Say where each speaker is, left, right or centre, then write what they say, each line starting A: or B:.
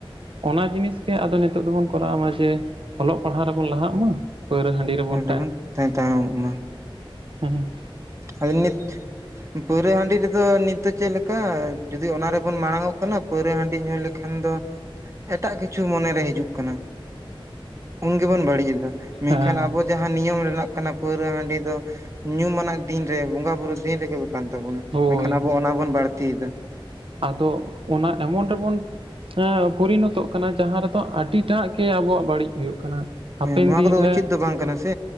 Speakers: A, on the right; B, on the right.
A: ᱚᱱᱟ ᱡᱤᱱᱤᱥ ᱜᱮ ᱟᱫᱚ ᱱᱤᱛᱚᱜ ᱫᱚᱵᱚᱱ ᱠᱚᱨᱟᱣ ᱢᱟ ᱡᱮ ᱯᱟᱲᱦᱟᱣ ᱨᱮᱵᱚᱱ ᱞᱟᱦᱟᱜ ᱢᱟ, ᱯᱟᱹᱣᱨᱟᱹ ᱦᱟᱺᱰᱤ ᱨᱮᱵᱚᱱ
B: ᱵᱚᱱ ᱛᱟ ᱛᱟᱭᱚᱢᱚᱜ ᱢᱟ᱾
A: ᱦᱩᱸ᱾
B: ᱟᱫᱚ ᱱᱤᱛ ᱯᱟᱹᱣᱨᱟᱹ ᱦᱟᱺᱰᱤ ᱨᱮᱫᱚ ᱱᱤᱛ ᱫᱚ ᱪᱮᱫ ᱞᱮᱠᱟ ᱡᱩᱫᱤ ᱚᱱᱟ ᱨᱮᱵᱚᱱ ᱢᱟᱲᱟᱝ ᱚᱜ ᱠᱟᱱᱟ, ᱯᱟᱹᱣᱨᱟᱹ ᱦᱟᱺᱰᱤ ᱧᱩ ᱞᱮᱠᱷᱟᱱ ᱫᱚ ᱮᱴᱟᱜ ᱠᱤᱪᱷᱩ ᱢᱚᱱᱮᱨᱮ ᱦᱤᱡᱩᱜ ᱠᱟᱱᱟ ᱩᱱ ᱜᱮᱵᱚᱱ ᱵᱟᱹᱲᱤᱡ ᱮᱫᱟ, ᱢᱮᱱᱠᱷᱟᱱ
A: ᱦᱮᱸ
B: ᱟᱵᱚ ᱡᱟᱸᱦᱟᱸ ᱱᱤᱭᱚᱢ ᱨᱮᱱᱟᱜ ᱠᱟᱱᱟ ᱯᱟᱹᱣᱨᱟᱹ ᱦᱟᱺᱰᱤ ᱫᱚ ᱧᱩᱢ ᱟᱱᱟᱜ ᱫᱤᱱ ᱨᱮ ᱵᱚᱸᱜᱟ ᱵᱩᱨᱩ ᱫᱤᱱ ᱨᱮᱜᱮ, ᱠᱟᱱ ᱛᱟᱵᱚᱱᱟ
A: ᱦᱳᱭ
B: ᱢᱮᱱᱠᱷᱟᱱ ᱟᱵᱚ ᱚᱱᱟ ᱵᱚᱱ ᱵᱟᱹᱲᱛᱤᱭᱮᱫᱟ᱾
A: ᱟᱫᱚ ᱚᱱᱟ ᱮᱢᱚᱱ ᱨᱮᱵᱚᱱ ᱦᱮᱸ ᱯᱚᱨᱤᱱᱚᱛᱚᱜ ᱠᱟᱱᱟ ᱡᱟᱸᱦᱟᱸ ᱨᱮᱫᱚ ᱟᱹᱰᱤᱴᱟᱜ ᱜᱮ ᱟᱵᱚᱣᱟᱜ ᱵᱟᱹᱲᱤᱡ ᱦᱩᱭᱩᱜ ᱠᱟᱱᱟ᱾ ᱦᱟᱯᱮᱱ
B: ᱦᱮᱸ ᱱᱚᱣᱟ
A: ᱫᱤᱱ
B: ᱠᱚᱫᱚ
A: ᱨᱮ
B: ᱩᱪᱤᱛ ᱫᱚ ᱵᱟᱝ ᱠᱟᱱᱟ ᱥᱮ